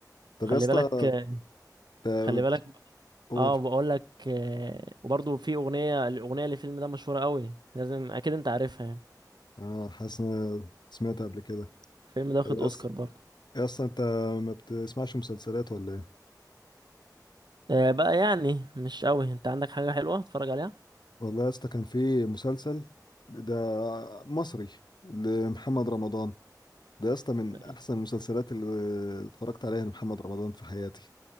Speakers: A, on the left; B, on the right.
A: طب
B: خلي
A: يا اسطى
B: بالك آه،
A: انت
B: خلي بالك
A: بتقول
B: اه بقول لك آه، وبرضه في أغنية الأغنية للفيلم ده مشهورة قوي لازم أكيد أنت عارفها يعني
A: اه حاسس إن أنا سمعت قبل كده
B: الفيلم ده واخد
A: طب يا
B: أوسكار
A: اسطى
B: برضه
A: يا اسطى انت ما بتسمعش مسلسلات ولا ايه
B: آه، بقى يعني مش قوي أنت عندك حاجة حلوة تتفرج عليها
A: والله يا اسطى كان في مسلسل ده مصري لمحمد رمضان ده يا اسطى من
B: ده
A: احسن المسلسلات اللي اتفرجت عليها لمحمد رمضان في حياتي